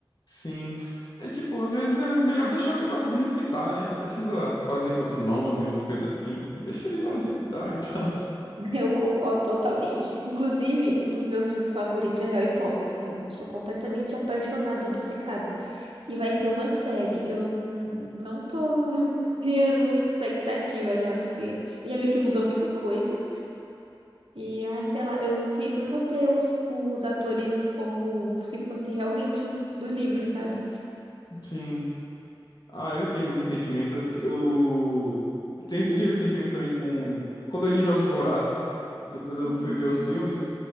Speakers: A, on the left; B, on the right.
A: Sim. É tipo, às vezes é melhor deixar o negócio do jeito que tá, né? Não precisa fazer com outro nome, uma coisa assim. Deixa ele lá do jeito que tá e tal.
B: <laughs> Eu concordo totalmente. Inclusive, um dos meus filmes favoritos é Harry Potter, Sim, sou completamente apaixonada, obcecada. E vai ter uma série. Eu não não tô <laughs> criando muita expectativa já, porque eu já vi que mudou muita coisa. E, ai, sei lá, eu sempre vou ter os, os atores como se fosse realmente os do livro, sabe?
A: <laughs> Sim. Ah, eu entendo esse sentimento. Eu, eu te- eu tive esse sentimento também com. Quando eu li Jogos Vorazes, e depois eu
B: Uhum.
A: fui ver os filmes.